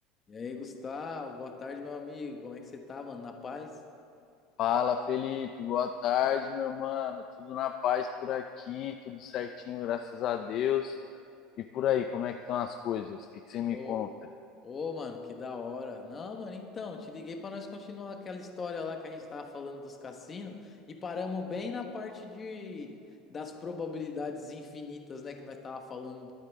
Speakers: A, on the left (about 20°); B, on the left (about 40°).
A: E aí, Gustavo, boa tarde, meu amigo. Como é que você tá, mano? Na paz?
B: Fala, Felipe. Boa tarde, meu mano. Tudo na paz por aqui, tudo certinho, graças a Deus. E por aí, como é que estão as coisas? O que que você me
A: Ô,
B: conta?
A: ô, mano, que da hora. Não, mano, então, te liguei pra nós continuar aquela história lá que a gente tava falando dos cassinos e paramos bem na parte de das probabilidades infinitas, né, que nós tava falando